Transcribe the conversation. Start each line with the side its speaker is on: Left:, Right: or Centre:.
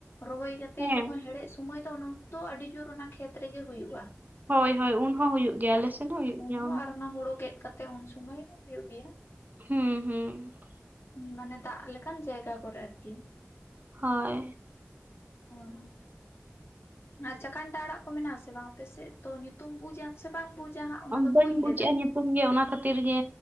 Left: ᱨᱚᱦᱚᱭ ᱠᱟᱛᱮ ᱛᱮ
Right: ᱦᱮᱸ
Left: ᱡᱚᱠᱷᱚᱱ ᱦᱮᱲᱦᱮᱫ ᱥᱚᱢᱚᱭ ᱫᱚ ᱩᱱ ᱚᱠᱛᱚ ᱫᱚ ᱟᱹᱰᱤ ᱡᱳᱨ ᱚᱱᱟ ᱠᱷᱮᱛ ᱨᱮᱜᱮ ᱦᱩᱭᱩᱜ-ᱟ ᱾
Right: ᱦᱳᱭ ᱦᱳᱭ ᱩᱱ ᱦᱚᱸ ᱦᱩᱭᱩᱜ ᱜᱮᱭᱟ ᱟᱞᱮ ᱥᱮᱱ ᱦᱚᱸ ᱦᱩᱭᱩᱜ
Left: ᱩᱱ
Right: ᱜᱮᱭᱟ ᱦᱚᱸ
Left: ᱟᱨ
Right: ᱾
Left: ᱚᱱᱟ ᱦᱳᱲᱳ ᱜᱮᱫ ᱠᱟᱛᱮᱜ ᱩᱱ ᱥᱚᱢᱚᱭ ᱦᱚᱸ ᱦᱩᱭᱩᱜ ᱜᱮᱭᱟ ᱾
Right: ᱦᱩᱸ ᱦᱩᱸ ᱾
Left: ᱢᱟᱱᱮ ᱫᱟᱜ ᱞᱮᱠᱟᱱ ᱡᱟᱭᱜᱟ ᱠᱚ ᱨᱮ ᱟᱨᱠᱤ ᱾
Right: ᱦᱳᱭ ᱾
Left: ᱦᱩᱸ ᱟᱨ ᱪᱟᱠᱟᱱᱰᱟ ᱟᱲᱟᱜ ᱠᱚ ᱢᱮᱱᱟᱜ ᱟᱥᱮ ᱵᱟᱝ ᱟᱯᱮ ᱥᱮᱫ ᱛᱚ ᱧᱩᱛᱩᱢ ᱵᱩᱡ ᱟ ᱥᱮ ᱵᱟᱝ ᱵᱩᱡᱟ ᱦᱟᱸᱜ ᱚᱱᱟ
Right: ᱟᱢ
Left: ᱫᱚ ᱵᱟᱹᱧ
Right: ᱵᱩᱡᱮᱜᱼᱟ
Left: ᱞᱟᱹᱭ ᱫᱟᱲᱮᱭᱟᱜᱼᱟ
Right: ᱧᱩᱛᱩᱢ ᱜᱮ ᱚᱱᱟ ᱠᱷᱟᱹᱛᱤᱨ ᱜᱮ